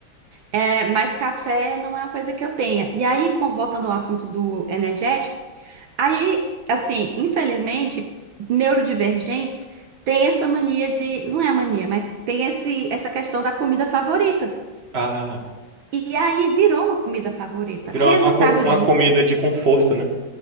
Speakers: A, on the right; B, on the right.
A: É, mas café não é uma coisa que eu tenha. E aí, com- voltando ao assunto do energético, aí, assim, infelizmente, neurodivergentes têm essa mania de, não é mania, mas tem esse, essa questão da comida favorita.
B: Ah,
A: E aí virou uma comida favorita.
B: virou
A: Resultado
B: uma, uma co- uma
A: disso.
B: comida de conforto, né?